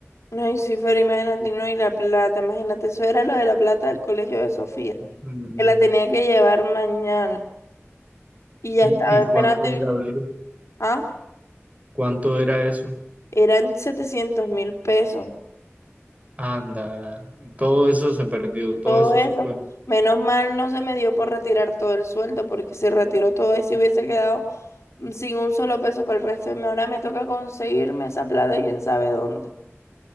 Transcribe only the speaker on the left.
Ay, sí, Fer, imagínate, no, y la plata, imagínate, eso era lo de la plata del colegio de Sofía.
que la tenía que llevar mañana y ya
estaba
esperando
y,
ah,
eran setecientos mil pesos,
todo
eso.
Menos mal no se me dio por retirar todo el sueldo porque se retiró todo y si hubiese quedado mm, sin un solo peso para el resto de mi- Ahora me toca conseguirme esa plata y quién sabe dónde.